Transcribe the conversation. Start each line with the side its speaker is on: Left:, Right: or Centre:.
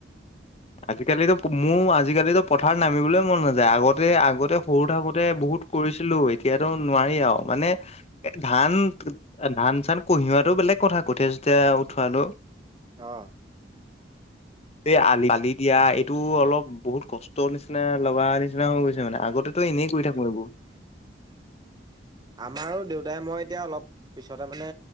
Left: আজিকালিতো মোৰ আজিকালিতো পথাৰত নামিবলৈ মন নাযায় আগতে আগতে সৰু থাকোতে বহুত ত কৰিছিলো এতিয়াতো নোৱাৰি আৰু মানে এ ধান ধান চান কহিওৱাতো বেলেগ কথা কঠীয় চঠীয়া উঠোৱাটো
Right: অ,
Left: এই আলি আলি দিয়া এইটো অলপ বহুত কষ্টৰ নিচিনা লগা নিচিনা হৈ গৈছে মানে আগতে ত এনেই কৰি থাকো এইবোৰ।
Right: আমাৰো দেউতাই মই এতিয়া অলপ পিছতে মানে